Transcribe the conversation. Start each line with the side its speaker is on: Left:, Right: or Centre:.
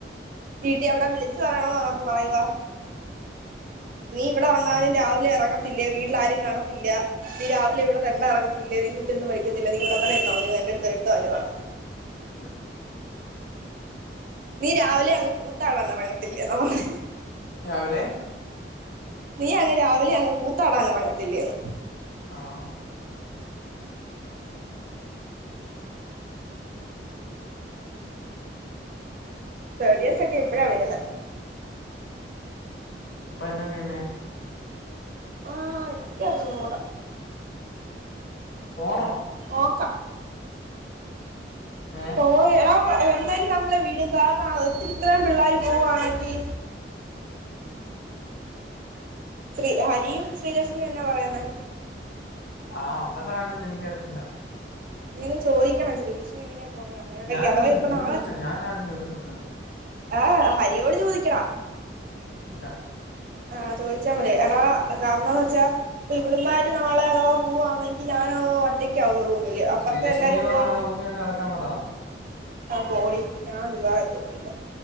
Right: വീട്ടിയാ അവടെ വിളിച്ച് പറയണംന്ന് പർണപ്പാെ പറയുവാ നീ ഇവടെ വന്നാലും
Left: ആ.
Right: രാവിലെ എറങ്ങത്തില്ലേ വീട്ടില് ആരും കാണത്തില്ല നീ രാവിലെ ഇവിടെ തെണ്ടാ എറങ്ങത്തില്ലേ നിങ് ഇവെടെര്ന്ന് പഠിക്കത്തില്ല നി ഇവടെ തന്നെ ഇര്ന്നാമതി എന്റട്ത്തെ ഇട്ത്ത വായിലെ പറഞ്ഞു
Left: ഞാൻ കണ്ടു
Right: നീ രാവിലെ അങ്ങ് കൂത്താടാന് എറങ്ങത്തില്ലേന്നും പറഞ്ഞു
Left: രാവിലെ
Right: നീ അങ്ങ് രാവിലെ അങ് കൂത്താടാൻ എറങ്ങത്തില്ലേന്ന്
Left: ആഹ്
Right: തേഡ്ഇയേസെക്കെ ഇപ്പഴാ വെര്ന്നെ
Left: അപ്പൊ എന്നാ ചെയ്യ്ന്നേ
Right: ആഹ് എനിക്കറിഞ്ഞൂട
Left: പോണോ
Right: ഓക്ക
Left: ഏഹ്
Right: ഓഹ് എടാ എന്തായാലും നമ്മളെ വിടും കാരണം ഒത്തിരി ഇത്രയും പിള്ളേര് പുവ്വാണെങ്കി ശ്രീ ഹരിയും ശ്രീലക്ഷ്മിയും എന്നാ പറയ്ന്നേ
Left: ആഹ് അപ്പം ചുടാനൊന്നും എനിക്കറിയത്തില്ല
Right: നീ ഒന്ന് ചോയിക്കണം ശ്രീലക്ഷ് മി എങ്ങനെയാ പോവുന്നേ അങ്ങനെയാണ്ടെ
Left: ഞാൻ
Right: ഈ അഥവാ
Left: ചോദിക്കത്തില്ല
Right: ഇപ്പൊ നാളെ
Left: നീ ചോദിച്ചോ ഞാൻ ആരും ചോദിക്കത്തൊന്നുമില്ല
Right: ആ ഹരിയോട് ചോദിക്കണ
Left: ഇല്ല
Right: ആ ചോദിച്ചാ പറിം എടാ കാരണംന്ന് വെച്ചാ? ഇപ്പ ഇവളമാര് നാളെ അഥവാ പോവാണെങ്കിൽ ഞാൻ ഒറ്റയ്ക്കാവക റൂമില് അപ്പത്തെ
Left: ശ്രീലക്ഷ്മിയോട്
Right: എല്ലാരും പോവാ
Left: ആ റൂമിൽ തന്നെ നട <unintelligible>
Right: ആ പോടീ ഞാൻ <unintelligible>